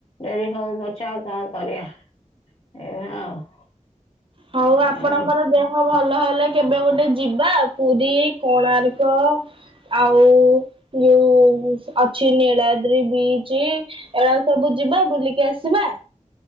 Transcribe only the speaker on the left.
ଡେରି ହଉ ପଛେ ଆଉ କଣ କରିବା ଏଇଆ ଆଉ।
ଆଁ,